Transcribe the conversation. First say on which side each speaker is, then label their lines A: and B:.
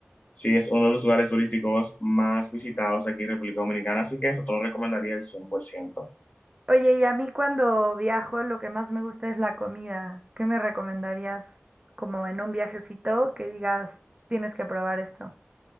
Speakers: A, on the left; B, on the right.
A: sí, es uno de los lugares turísticos más visitados aquí en República Dominicana, así que eso te lo recomendaría el cien por ciento
B: Oye, y a mí cuando viajo lo que más me gusta es la comida. ¿Qué me recomendarías como en un viajecito que digas, tienes que probar esto?